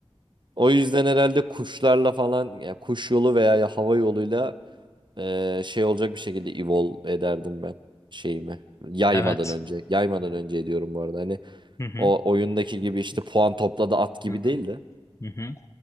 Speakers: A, on the right; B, on the left.
A: o yüzden herhalde kuşlarla falan ya kuş yolu veya ya hava yoluyla eee, şey olacak bir şekilde evolve ederdim ben şeyimi. Yaymadan
B: Evet.
A: önce. Yaymadan önce ediyorum bu arada. Hani
B: Hı hı.
A: o oyundaki gibi işte puan topladı at gibi
B: Hı hı.
A: değil de.
B: Hı hı.